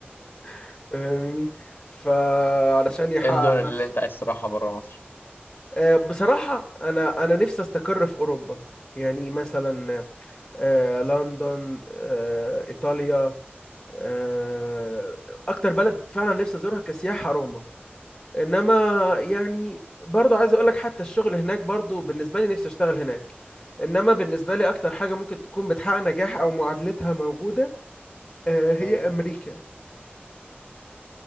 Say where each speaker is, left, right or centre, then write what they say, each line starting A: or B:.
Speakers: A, on the left; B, on the left.
A: <laughs> فاهمني فعلشان يحقق
B: ايه الدول
A: نفسه
B: اللي انت عايز تروحها بره مصر
A: آه، بصراحة انا انا نفسي استقر في اوروبا يعني مثلا آه، لندن آه، ايطاليا آه، اكتر بلد فعلا نفسي ازورها كسياحة روما انما يعني برضه عايز اقول لك حتى الشغل هناك برضه بالنسبه لي نفسي اشتغل هناك انما بالنسبه لي اكتر حاجه ممكن تكون بتحقق نجاح او معادلتها موجوده آه، هي
B: مم.
A: امريكا